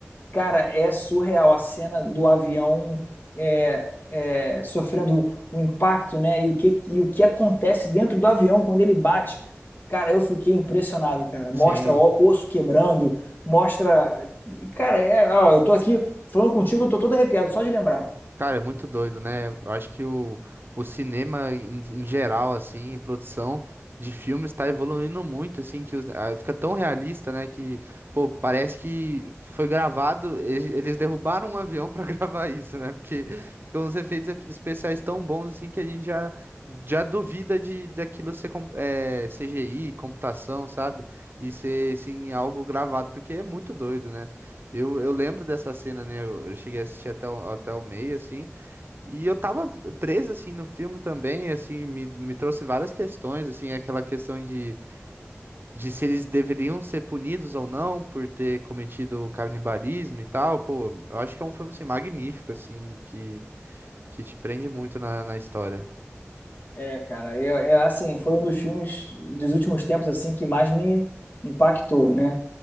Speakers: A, on the left; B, on the right.
A: Cara, é surreal a cena do avião é, é, sofrendo o impacto, né? E o que, e o que acontece dentro do avião quando ele bate. Cara, eu fiquei impressionado, cara. Mostra
B: Sim.
A: o osso quebrando, mostra. Cara, é, ó, eu tô aqui falando contigo, eu tô todo arrepiado só de lembrar.
B: Cara, é muito doido, né? Eu acho que o, o cinema em, em geral, assim, em produção de filmes está evoluindo muito, assim, que os- ah, fica tão realista, né? Que, pô, parece que foi gravado, e- eles derrubaram um avião para <laughs> gravar isso, né? Porque ficam uns efeitos e- especiais tão bons, assim, que a gente já, já duvida de daquilo ser com- é, CGI, computação, sabe? E ser, assim, algo gravado, porque é muito doido, né? Eu, eu lembro dessa cena, né? Eu, eu cheguei a assistir até o, até o meio, assim, e eu tava preso, assim, no filme também, assim, me, me trouxe várias questões, assim, aquela questão de, de se eles deveriam ser punidos ou não por ter cometido canibalismo e tal. Pô, eu acho que é um filme, assim, magnífico, assim, que, que te prende muito na, na história.
A: É, cara, eu, é, assim, foi um dos filmes dos últimos tempos assim que mais me impactou, né?